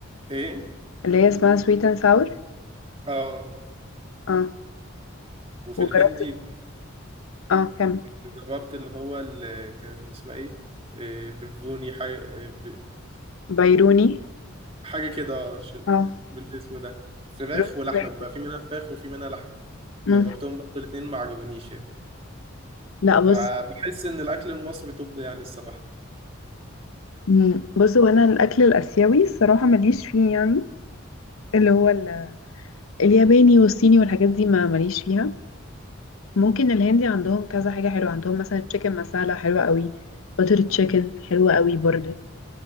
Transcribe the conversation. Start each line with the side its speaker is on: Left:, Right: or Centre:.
Right: ايه
Left: اللي هي اسمها سويت اند ساور
Right: اه
Left: اه
Right: وفي
Left: وجربت
Right: الهندي
Left: اه كمل
Right: كنت جربت اللي هو اللي كان اسمها ايه إيه، ببوني حاجة إيه، ب-
Left: بيروني
Right: حاجة كده ش-
Left: اه
Right: بالاسم ده فراخ
Left: رز
Right: ولحمة
Left: بيروني
Right: بيبقى في منها فراخ وفي منها لحمة
Left: مم.
Right: جربتهم برضه الاتنين ما عجبونيش يعني
Left: لا بص
Right: فبحس ان الاكل المصري طب يعني الصراحة
Left: مم. بص هو انا الاكل الاسيوي الصراحه ماليش فيه يعني اللي هو ال- الياباني والصيني والحاجات دي ما ماليش فيها ممكن الهندي عندهم كذا حاجه حلوه عندهم مثلا تشيكن مسالة حلوه قوي بتر تشيكن حلوه قوي برضه